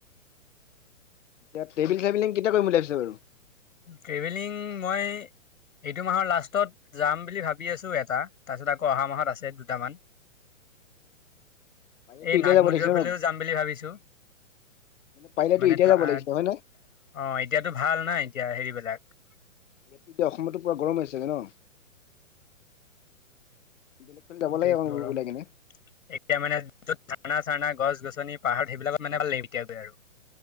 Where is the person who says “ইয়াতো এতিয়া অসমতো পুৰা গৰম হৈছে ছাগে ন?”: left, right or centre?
Left